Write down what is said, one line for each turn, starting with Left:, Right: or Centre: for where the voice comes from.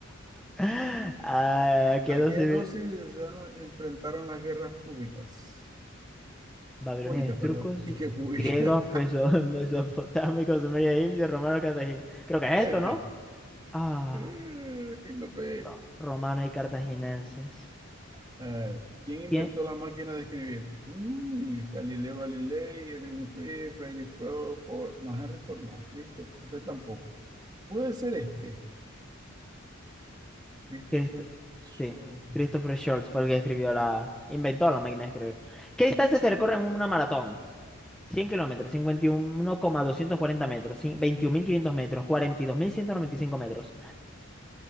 Centre: Ah, aquí
Right: ¿A
Centre: no
Right: qué
Centre: sí.
Right: dos civilizaciones enfrentaron las guerras públicas?
Centre: Babilonia,
Right: Púnicas,
Centre: trucos,
Right: perdón. ¿Y qué públicas?
Centre: griegos,
Right: <laughs>
Centre: peso- <laughs> mesopotámicos, sumerios, egipcios, romanos, cartagineses. Creo que es
Right: Este.
Centre: esto, ¿no? Ah,
Right: Eh, No pegué.
Centre: ro- romanos y cartaginenses.
Right: Ah, ¿quién inventó
Centre: ¿Quién?
Right: la máquina de escribir? Uy, Galileo Galilei, Erwin Free, Frederick Fro- Ford, no, Henry Ford, no, Christopher, este tampoco. Puede ser este, Christopher
Centre: Crist-
Right: Sol.
Centre: sí, Christopher Scholz fue el que escribió la... inventó la máquina de escribir. ¿Qué distancia se recorre en una maratón? 100 kilómetros, cincuenta y uno coma doscientos cuarenta metros, cin- 21.500 metros, 42.195 metros.